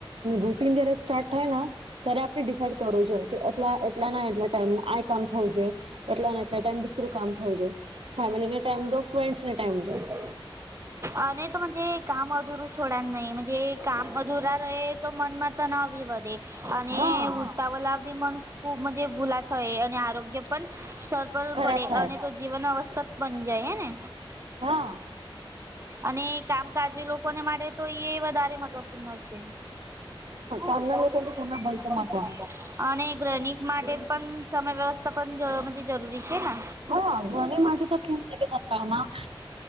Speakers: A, on the right; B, on the right.
A: રૂટિન જયારે સ્ટાર્ટ થાય ત્યારે આપણે ડિસાઈડ કરવું જોઈએ કે એટલા એટલા ના એટલા ટાઈમ આ કામ થવું જોઈએ એટલા ફેમીલી ને ટાઈમ દો---ફ્રેનડ ને ટાઈમ દો.
B: હ
A: <inaudible>
B: અ નહી તોજે કામ અધુરું છોડાય નય જે કામ અધુરા ર તો મનમાં તનાવ બી વધે. અને
A: હા
B: ઉતાવલા બી મન ખૂબજ ભૂલા થય અને આરોગ્ય પણ સ પડે
A: ખરાબ થાય
B: અને તો જીવન આવશયક બની જાય હેને
A: હા
B: અને કામકાજ લોકોને માટે તો એ વધારે મહત્વપૂર્ણ છે. હા
A: કામના
B: <unintelligible>
A: લોકો તો સમય ભલતો વાંચવાનો છે
B: અને ગણીત માટે પણ સમય વ્યવસ્થા પણ જરૂરી છે ને?
A: હા ગૃહની માટે તો કેમ છે કે સક્કામાં